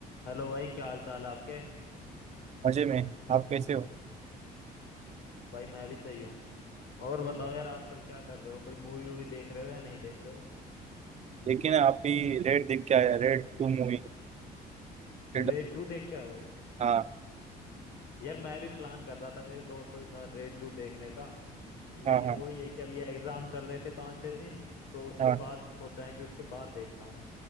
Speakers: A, on the left; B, on the right.
A: Hello भाई क्या हाल चाल है आपके
B: मजे में आप कैसे हो
A: भाई मैं भी सही हूँ और बताओ यार आजकल क्या कर रहे हो कोई मूवी वूवी देख रहे हो या नहीं देख रहे हो
B: देखिए ना आप भी रेड देख के आया रेड टू मूवी रेड
A: रेड टू देख के आए हो
B: हाँ
A: यार मैं भी प्लान कर रहा था मेरे दोस्तों के साथ रेड टू देखने का लेकिन
B: हाँ हाँ
A: वही है कि अभी एग्जाम चल रहे थे पाँच छः दिन तो उसके
B: हाँ
A: बाद सोचा है कि उसके बाद देखता हूँ